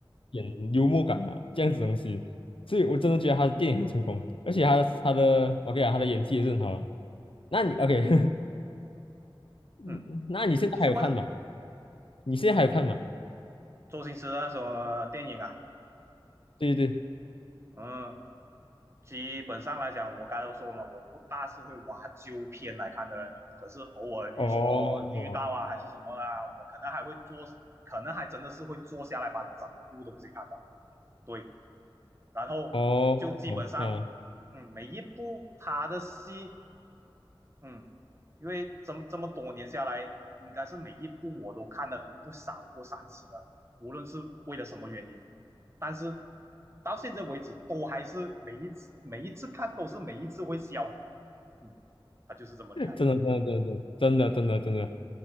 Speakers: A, on the left; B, on the right.
A: 点幽默感啊，这样子东西。所以我真的觉得他的电影很成功，而且他他的 OK 啊，他的演技也是很好啊那你 OK，<laughs>
B: 嗯，
A: 那你现在还有看吗？
B: 继续问啊，
A: 你现在还有看吗？
B: 周星驰的那首电影啊，
A: 对对对。
B: 嗯，基本上来讲，我刚才都说嘛，我不大是会挖旧片来看的人，可是偶尔你说遇到啊还是什么啦，
A: 哦哦
B: 我可能还会坐，可能还真的是会坐下来把整部东西看完。对，然后就基本上，
A: 哦，啊，
B: 嗯，每一部他的戏，嗯，因为这么这么多年下来，应该是每一部我都看了不少过三次的，无论是为了什么原因，但是到现在为止，都还是每一次每一次看都是每一次会笑，嗯，他就是这么厉害。
A: 真的真的真的真的真的真的，